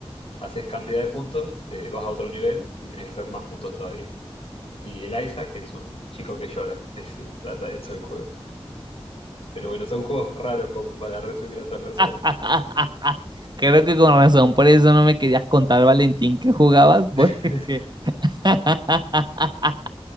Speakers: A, on the left; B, on the right.
A: haces cantidad de puntos, eh, vas a otro nivel y tenés que hacer más puntos todavía. Y el Isaac es un chico que llora, <laughs> es- trata de eso el juego. Pero bueno, son juegos raros como para resumir a otra
B: <laughs>
A: persona.
B: Creo que con razón, por eso no me querías contar, Valentín, que jugabas,
A: <laughs>
B: porque... <laughs>